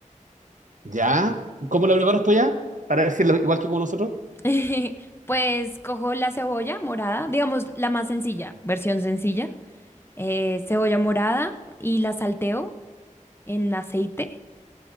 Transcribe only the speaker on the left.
<laughs> Pues cojo la cebolla morada, digamos la más sencilla, versión sencilla. eh, cebolla morada y la salteo en aceite.